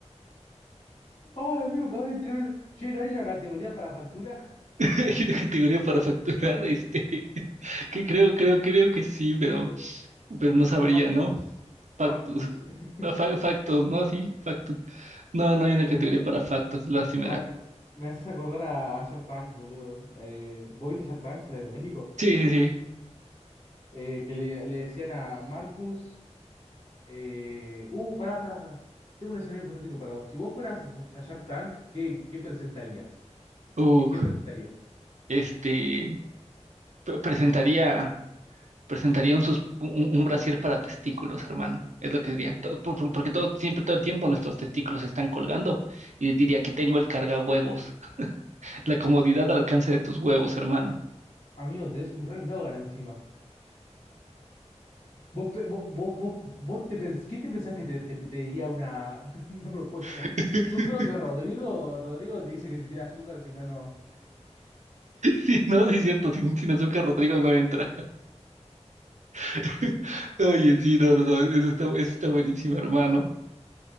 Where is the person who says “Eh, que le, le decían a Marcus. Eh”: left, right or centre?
Left